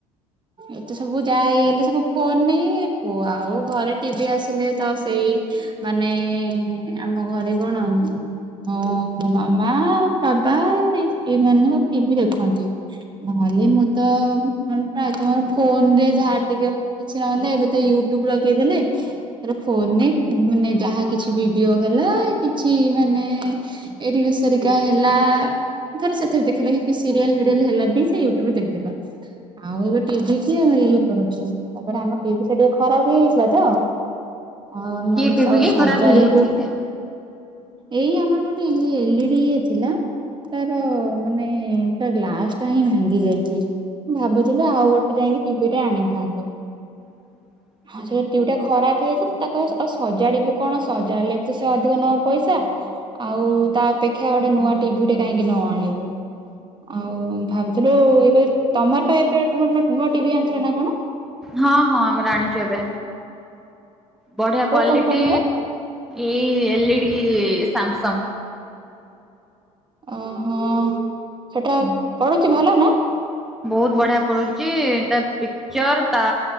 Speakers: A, on the right; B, in the centre.
A: ଏତ ସବୁ ଯା ହେଇ ହେଲେ ସବୁ ଫୋନ ନେଇୁ ଆଉ ଘରେ ଟିଭି ଆସିଲେ ତ ସେଇ ମାନେ ଆମ ଘରେ କଣ? ଓ ମୋ ମାମା ବାବା ଏଇମାନେ ସବୁ ଟିଭି ଦେଖନ୍ତି। ନହେଲେ ମୁଁ ତ ପ୍ରାୟ ତମର ଫୋନ ରେ ଯାହା ଟିକେ କିଛି ନହଲେ ଏବେ ତ ୟୁଟ୍ୟୁବ ଲଗେଇଦେଲେ ତାର ଫୋନ ରେ ମାନେ ଯାହା କିଛି ଭିଡିଓ ହେଲା କିଛି ମାନେ ଏଇଠି ବେସି ରିକା ହେଲା ଥରେ ସେଥିରେ ଦେଖିଲା କି ସିରିଏଲ ଫିରିଏଲ ହେଲା ବି ସେ ୟୁଟୁବରେ ଦେଇଦେଲା ଆଉ ଏବେ ଟିଭି କିଏ ଇଏ କରୁଛି ତାପରେ ଆମ ଟିଭି ଟା ଟିକେ ଖରାପ ହେଇଯାଇଥିଲା ତ ଆଉ
B: କି
A: ଆମେ
B: ଟିଭି
A: ସବୁ
B: କି
A: ସଜାଡିବୁ
B: ଖରାପ ହେଇଯାଇଛି?
A: ଏଇ ଆମର ଗୋଟେ ଇଏ ଏଲଇଡି ଇଏ ଥିଲା ତାର ମାନେ ତା ଗ୍ଲାସ ଟା ହିଁ ଭାଙ୍ଗି ଯାଇଛି ମୁ ଭାବୁଛି ଆଉ ଗୋଟେ ଯାଇକି ଟିଭି ଟା ଆଣିଥାନ୍ତୁ
B: <inaudible>
A: ଆଉ ସେ ଟିଭି ଟା ଖରାପ ହେଇଛି ତାକୁ ଆଉ ସଜାଡିବୁ କଣ ସଜାଡ଼ିଲେ ବି ତ ସେ ଅଧିକ ନବ ପଇସା ଆଉ ତା ଅପେକ୍ଷା ଗୋଟେ ନୂଆ ଟିଭି ଟେ କାହିଁକି ନ ଆଣିବୁ ଆଉ ଭାବୁଥିଲୁ ଇଏ କ ତମର ପାଇଁ ଏବେ ନୂଆ ଟିଭି ଆଣିଥିଲ ନା କଣ
B: ହଁ ହଁ ଆମର ଆଣିଛୁ ଏବେ ବଢିଆ
A: କୋଉ
B: କ୍ଵାଲିଟି
A: କମ୍ପାନୀର?
B: ଏଇ ଏଲଇଡି ସାମସଙ୍ଗ
A: ଓହୋ ସେଇଟା ପଡ଼ୁଛି ଭଲ ନା
B: ବହୁତ ବଢିଆ ପଡୁଛି ତା ପିକଚର ତା